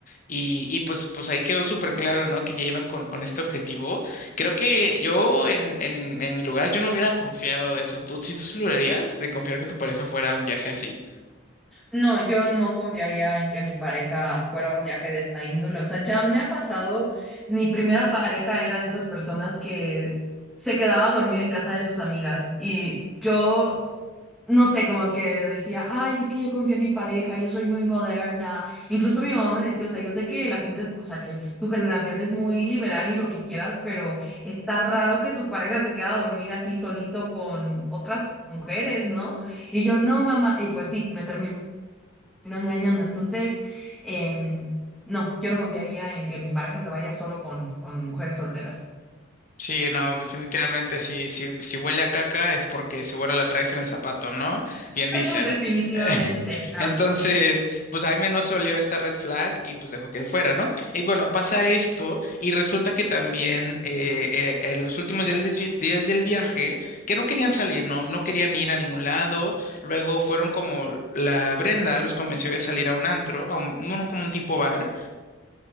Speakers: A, on the left; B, in the centre.
A: Y, y pues, pues ahí quedó súper claro, ¿no? Que ya iban con, con este objetivo. Creo que yo en, en, en mi lugar yo no hubiera confiado de eso. ¿Tú sí tú sí lo harías de confiar que tu pareja fuera a un viaje así?
B: No, yo no confiaría en que mi pareja fuera a un viaje de esta índole. O sea, ya me ha pasado, mi primera pareja era de esas personas que se quedaba a dormir en casa de sus amigas y yo no sé, como que decía, ay, es que yo confío en mi pareja, yo soy muy moderna. Incluso mi mamá me decía, o sea, yo sé que la gente es, o sea, que tu generación es muy liberal y lo que quieras, pero está raro que tu pareja se quede a dormir así solito con otras mujeres, ¿no? Y yo, no, mamá, y pues sí, me terminó engañando. Entonces, em, no, yo no confiaría en que mi pareja se vaya solo con, con mujeres solteras.
A: Sí, no, definitivamente, si, si, si huele a caca es porque seguro la traes en el zapato, ¿no? Bien dicen.
B: <laughs> Definitivamente,
A: <laughs>
B: nada.
A: Entonces, pues Jaime no se olió esta red flag y pues dejó que fuera, ¿no? Y bueno, pasa esto y resulta que también eh, eh, en los últimos días del, vi- días del viaje, que no querían salir, ¿no? No querían ir a ningún lado. Luego fueron como la Brenda los convenció de salir a un antro, a un, bueno, como un tipo bar.